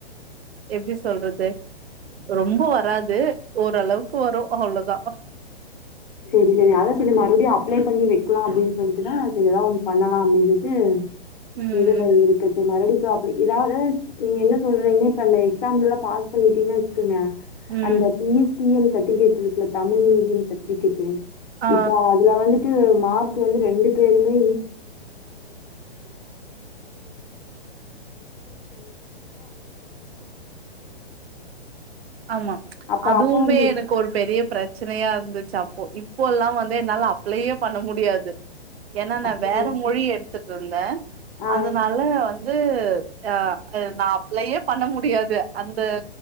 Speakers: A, on the right (about 70°); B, on the left (about 50°).
A: எப்படி சொல்றது ரொம்ப வராது ஓரளவுக்கு வரும் அவ்வளோதா ஆ
B: சரி சரி அதா சரி மறுபடியு அப்ளை பண்ணி வைக்கலா அப்படின்னு சொல்லிட்டுதா சரி ஏதாவ ஒண்ணு பண்ணலா அப்படின்னு சொல்லிட்டு
A: ம்
B: இது எல்லா இருக்கச்ச மரடி சோ அப்படி இதாவது நீங்க என்ன சொல்றீங்கன்னா இப்ப அந்த எக்ஸாம்ல எல்லா பாஸ் பண்ணிட்டீங்கன்னா வச்சுக்கோங்க
A: ம்
B: அந்த பிஎஸ் பைஎல் சர்டிபிகேட் இருக்குல தமிழ் மீடியம் சக்குட்ட
A: ஆ
B: இப்பா அதுலா மார்க் வந்து ரெண்டு பேருமே
A: ஆமா
B: அப்ப
A: அதுவுமே
B: அப்ப வந்து
A: எனக்கு ஒரு பெரிய பிரச்சனையா இருந்துச்சு அப்போ இப்போ எல்லாம் வந்து என்னால அப்ளயே பண்ண முடியாது ஏனா நா
B: அப்ப
A: வேற மொழி எடுத்துட்டு இருந்த
B: ஆஹ்
A: அதனால வந்து ந்து ஆஹ நான்ளயே பண்ண முடியாது அந்த